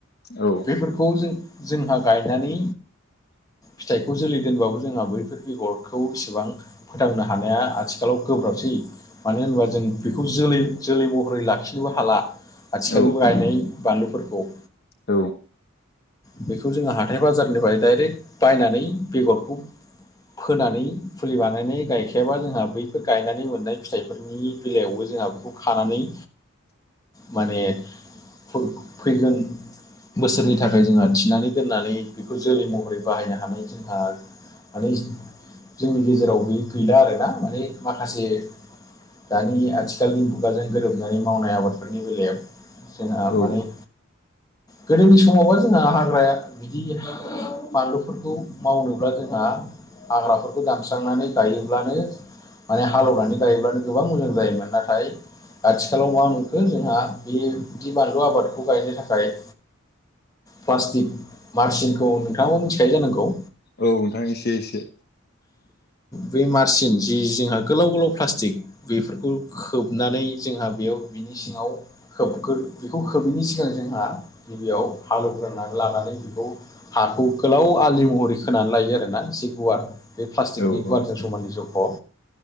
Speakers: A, on the left; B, on the left.
A: औ
B: बेफोरखौ जों जोंहा गायनानै फिथाइखौ जोलै दोनबाबो जोंहा बैफोर बेगरखौ इसेबां फोथांनो हानाया आथिखालाव गोब्राबसै मानो होनोबा जों बेखौ जोलै जोलै महरै लाखिनोबो हाला आथिखालनिबो
A: औ
B: गायनाय बानलुफोरखौ
A: औ
B: बेखौ जोङो हाथाय बाजारनिफ्राय डाइरेक्ट बायनानै बेगरखौ फोनानै फुलि बानायनाय गायखायाबा जोंहा बैफोर गायनानै मोननाय फिथाइफोरनि बेलायावबो जोंहा बेखौ खानानै
A: <inaudible>
B: माने फैगोन बोसोरनि थाखाय जोंहा थिनानै दोननानै बेखौ जोलै महरै बाहायनो हानाय जोंहा माने जोंनि गेजेरावबो गैला आरोना माने माखासे दानि आथिखालनि मुगाजों गोरोबनानै मावनाय आबादफोरनि बेलायाव जोंहा
A: औ
B: माने गोदोनि समावबा जोंना हाग्राया बिदि बानलुफोरखौ मावनोब्ला जोंहा हाग्राफोरखौ दानस्रांनानै गायोब्लानो माने हालेवनानै गायोब्लानो गोबां मोजां जायोमोन नाथाय आथिखालाव मा मोनखो जोंहा बिदि बानलु आबादखौ गायनो थाखाय प्लास्टिक मारसिनखौ नोंथाङाबो मिथिखायो जानांगौ?
A: औ नोंथां एसे एसे
B: बे मारसिन जि जोंहा गोलाव गोलाव प्लास्टिक बेफोरखौ खोबनानै जोंहा बेयाव बिनि सिङाव खोबगोर बेखौ खोबैनि सिगां जोंहा गिबियाव हालौवग्रोननानै लानानै बेखौ हाखौ गोलाव आलि महरै खोनानै लायो आरोना जि गुवार बे प्लास्टिकनि
A: औ
B: गुवारजों
A: औ
B: समानै जख'